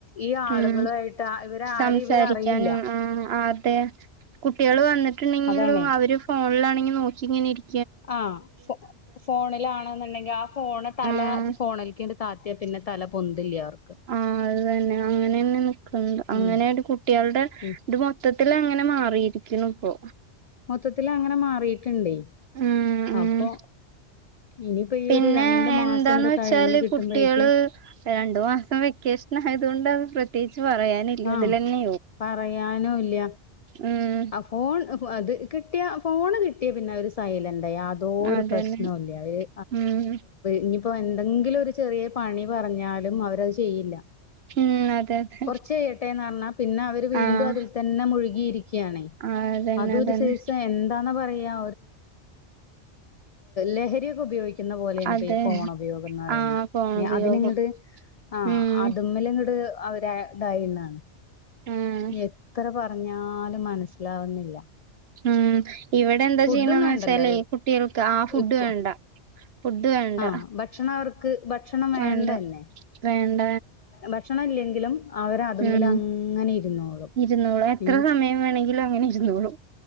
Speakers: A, on the left; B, on the right.
A: ഈ ആളുകളായിട്ട്
B: ഉം
A: ഇവര്
B: സംസാരിക്കാനും
A: ആരേം ഇവരറിയില്ല
B: ആഹ് അതെ കുട്ടികൾ വന്നിട്ടുണ്ട്
A: അതാണേ
B: ഒരു ഫോണിലാണങ്കി നോക്കിങ്ങനെ ഇരി
A: ആഹ് ഫോണിലാണെന്നുണ്ടങ്കി ആ ഫോണ് തല
B: ആഹ്
A: ഫോണിൽക്കിണ്ട് താത്തിയാ പിന്നെ തല പൊന്തില്ല അവർക്ക്
B: ആഹ് അത് തന്നെ അങ്ങനന്നെ നിക്ന്നത് അങ്ങനെ
A: ഉം
B: കു കുട്ടിയാൾ ടെ
A: ഉം
B: ഇത് മൊത്തത്തിൽ അങ്ങനെ മാറിയിരിക്കുണു ഇപ്പോ
A: മൊത്തത്തില് അങ്ങന മാറിട്ട് ഇണ്ടേ
B: ഉം ഉം
A: അപ്പൊ ഇനിയിപ്പോ ഈയൊരു
B: പിന്നെ
A: രണ്ട്
B: എന്താന്ന്
A: മാസം ങ്ങണ്ട്
B: വെച്ചാല്
A: കഴിഞ്ഞ് കിട്ടുമ്പോഴേക്കി
B: കുട്ടികള് രണ്ടു മാസം വെക്കേഷൻ ആയത് കൊണ്ട പ്രത്യേകിച്ച് പറയാൻ ഇതിലന്നെ
A: ആഹ് പറയാനും ഇല്ല
B: മം
A: ആ ഫോൺ അത് കിട്ടിയ ഫോണ് കിട്ടിയ പിന്നെ അവര് സൈലന്റായി യാതൊരു
B: അതന്നെ
A: പ്രശ്നോല്ല അവര്
B: ഉം
A: ഇനിയിപ്പോ എന്തെങ്കിലും ഒരു ചെറിയ പണി അവരത് ചെയ്യില്ല
B: മ്മ് അതെ അതെ
A: ചെയ്യട്ടേന്ന് പറഞ്ഞാ പിന്നെ അവര് വീണ്ടും
B: ആഹ്
A: അതിൽ തന്നെ മുഴുകിയിരിക്കാണെ
B: അതന്നെ
A: അതൊ
B: അതന്നെ
A: ഒരു സൈസ് എന്താന്ന പറയാ ലഹരിയൊക്കെ ഉപയോഗിക്കോ എന്ന പോലേന്ന്
B: അതെ
A: ഇപ്പൊ ഈ ഫോൺ ഉപയോഗം എന്ന് പറയുന്ന
B: ആഹ് ഫോൺ ഉപയോഗം
A: അതിനങ്ങട്ട് ആഹ്
B: ഉം
A: അത് മ്മല് ഇൻങ്ങട് അവര് ഇതായിന്നാണ്
B: ആഹ്
A: എത്ര പറഞ്ഞാലും മനസ്സിലാവുന്നില്ല
B: മ്മ് ഇവിടെ എന്താ
A: ഫുഡും
B: ചെയ്യണന്ന്
A: വേണ്ടല്ലോ
B: വെച്ചാലെ കുട്ടികൾക്ക് ആ ഫുഡ്
A: ഇപ്പൊ
B: വേണ്ട ഫുഡ് വേണ്ട
A: ആഹ് ഭക്ഷണം അവർക്ക് ഭക്ഷണം
B: വേണ്ട
A: വേണ്ടന്നെ
B: വേണ്ട
A: ഭക്ഷണം ഇല്ലെങ്കിലും അവര് അതുമ്മിൽ
B: അതാണ്
A: അങ്ങനെ ഇരുന്നോളും
B: ഇരുന്നോളു എത്ര
A: ഉം
B: സമയം വേണങ്കിലും അങ്ങനെ ഇരുന്നോളൂ